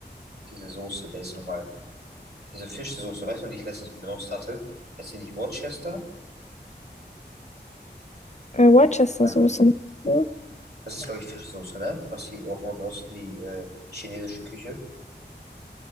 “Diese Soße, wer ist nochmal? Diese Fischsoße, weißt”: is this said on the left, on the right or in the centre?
Right